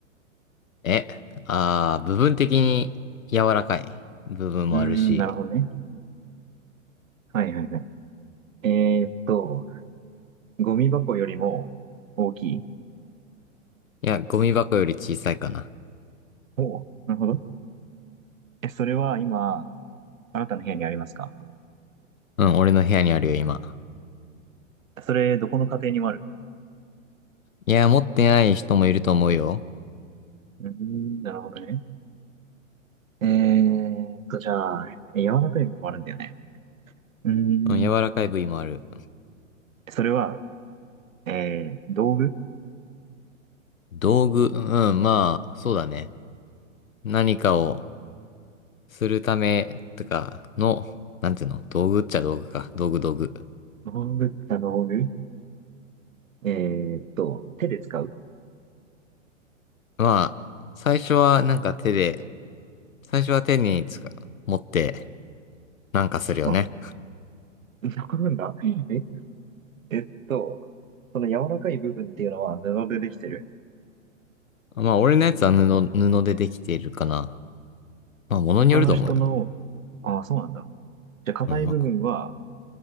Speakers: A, on the left; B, on the right.
A: え、あー、部分的に柔らかい部分もあるし。
B: うーん、なるほどね。はいはいはい。えーっと、ゴミ箱よりも大きい。
A: いや、ゴミ箱より小さいかな。
B: おおなるほど。え、それは今、あなたの部屋にありますか
A: うん、俺の部屋にあるよ、今。
B: それ、どこの家庭にもある
A: いや、持ってない人もいると思うよ。
B: うーん、なるほどね。えーっと、じゃあ、柔らかい部分もあるんだよね。うーん、
A: うん、柔らかい部位もある。
B: それは、えー、道具
A: 道具、うん、まあ、そうだね。何かをするためとかの、なんていうの道具っちゃ道具か。道具道具。
B: 道具って道具えーっと、手で使う
A: まあ、最初はなんか手で、最初は手につか、持ってなんかするよね。
B: あ、なんだえ、えっと、その柔らかい部分っていうのは布でできてる。
A: まあ、俺のやつは布、布でできているかな。まあ、ものによると思うよ。
B: 他の人の、ああ、そうなんだ。じゃあ、硬い部分は
A: うん、まあ、こ